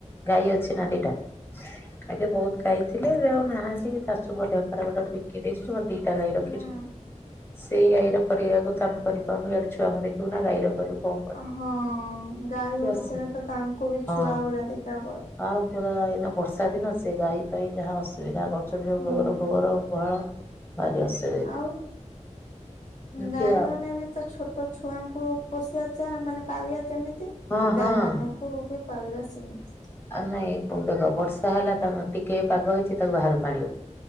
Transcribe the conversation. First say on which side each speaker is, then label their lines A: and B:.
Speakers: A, on the left; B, on the left.
A: ଗାଈ ଅଛି ନା ଦିଟା ଆଗେ ବହୁତ ଗାଇଥିଲେ ଏବେ ଆଉ ନାହାଁନ୍ତି ଶାଶୁଙ୍କ ଦେହ ଖରାପ ହେଲାଠୁ ବିକି ଦେଇଛୁ ଜମା ଦି ଟା ଗାଈ ରଖିଛୁ
B: ହୁଁ
A: ସେଇ ଗାଈର କରିବାକୁ ତ ଆମେ କରିପାରୁନୁ ଇଆଡେ ଛୁଆଙ୍କୁ ଦେଖିବୁ ନା ଗାଈର କରିବୁ କଣ କରିବୁ।
B: ହଁ ଗାଈ ଗୋରୁୁଥିଲେ
A: ଅସୁ
B: ତ ତାଙ୍କୁ ବି
A: ହଁ।
B: ଛୁଆ ଭଳିଆ ଦେଖିବାକୁ ପଡେ।
A: ଆଉ ପୁରା ଏଇନା ବର୍ଷା ଦିନ ସେ ଗାଈ ପାଇ ଯାହା ଅସୁବିଧା କର୍ ଛନ୍ତି
B: ହୁଁ
A: ଗୋବର ଫୋବର ଗୁହାଳ ଭାରି ଅସୁବିଧା
B: ଆଉ
A: ଏମିତି
B: ଗାଈ
A: ଆଉ
B: ମାନେ ବି ତ ଛୋଟ୍ ଟ ଛୁଆଙ୍କୁ ପୋଷିଆ ଯା ମାନେ ପାଳିଆ ଯେମିତି
A: ହଁ ହଁ।
B: ଗାଈ ମାନଙ୍କୁ ବି ପାଳିବା ସେମିତି।
A: ଆଉ ନାଇଁ ପୁଣି ଦେଖ ବର୍ଷା ହେଲା ତାଙ୍କ ଟିକେ ପାଗ ହେଇଛି ତାକୁ ବାହାରକୁ ଆଣିବ।